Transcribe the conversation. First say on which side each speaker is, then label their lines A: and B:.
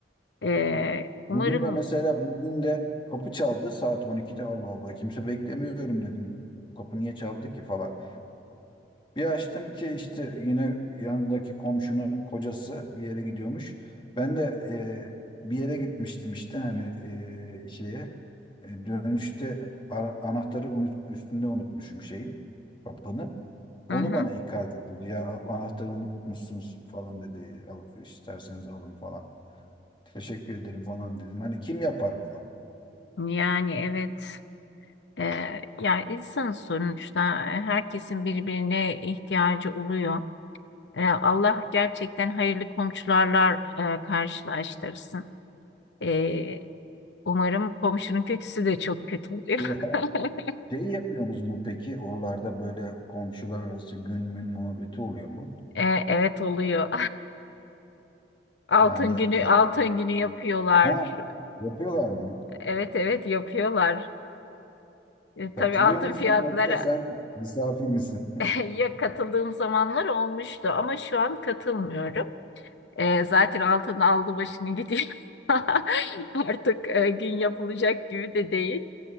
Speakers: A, on the left; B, on the left.
A: Ee, umarım
B: Bugün de mesela bugün de kapı çaldı saat 12'de Allah Allah kimse beklemiyorum dedim. Kapı niye çaldı ki falan. Bir açtım ki işte yine yanındaki komşunun kocası bir yere gidiyormuş. Ben de e, bir yere gitmiştim işte hani e, şeye E, dönüşte ara- anahtarı unut, üstünde unutmuşum şeyin kapının. Onu
A: hı hı,
B: bana ikaz ediyordu. Ya anahtarı unutmuşsunuz falan dedi. Al, isterseniz alın falan. Teşekkür ederim falan dedim. Hani kim yapar bunu?
A: yani evet Ee, yani insan sonuçta herkesin birbirine ihtiyacı oluyor. Ee, Allah gerçekten hayırlı komşularla e, karşılaştırsın. Ee, umarım komşunun kötüsü de çok kötü oluyor.
B: <laughs>
A: <laughs>
B: şeyi yapıyorsunuz mu peki? Oralarda böyle komşular arası gün mün muhabbeti oluyor mu?
A: Ee, evet oluyor. <laughs> Altın
B: Yani
A: günü
B: e,
A: altın günü yapıyorlar.
B: Ha, yapıyorlar mı?
A: Evet evet yapıyorlar. E, tabii
B: Katılıyor
A: altın
B: musun
A: fiyatları
B: yoksa sen misafir misin?
A: <laughs> ya katıldığım zamanlar olmuştu ama şu an katılmıyorum. E, zaten altın aldı başını gidiyor. <laughs> Artık e, gün yapılacak gibi de değil.